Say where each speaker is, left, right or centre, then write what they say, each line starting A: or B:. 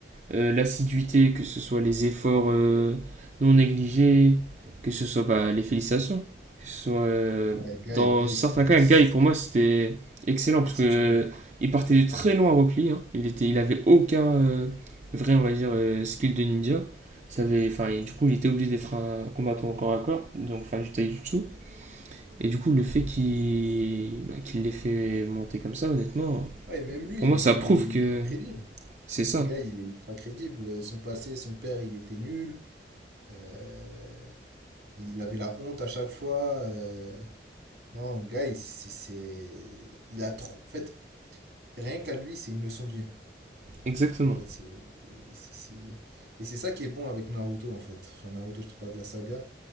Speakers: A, on the right; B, on the right.
A: euh, l'assiduité, que ce soit les efforts euh, non négligés, que ce soit bah, les félicitations, que ce soit euh,
B: Ouais, Guy,
A: dans
B: Guy,
A: certains
B: c'est un-
A: cas,
B: c'est
A: Guy pour moi c'était excellent parce
B: exceptionnel.
A: que euh, il partait de très loin à Rockly, hein. il était, il avait aucun euh, vrai on va dire euh, skill de ninja, ça avait, enfin et du coup il était obligé d'être un combattant au corps à corps, donc enfin du taijutsu et du coup le fait qu'il bah, qu'il l'ait fait monter comme ça honnêtement,
B: Ouais, même lui,
A: pour
B: il
A: moi
B: est,
A: ça
B: il
A: prouve
B: est ultra
A: que
B: crédible.
A: c'est ça,
B: Guy, il est ultra crédible. Son passé, son père, il était nul. Euh, il avait la honte à chaque fois. euh, Non, le gars, il, c'est, c'est- il a trop. En fait, rien qu'à lui, c'est une leçon de vie.
A: exactement.
B: En fait, c'est, c'est- c'est- Et c'est ça qui est bon avec Naruto, en fait. Enfin, Naruto, je te parle de la saga.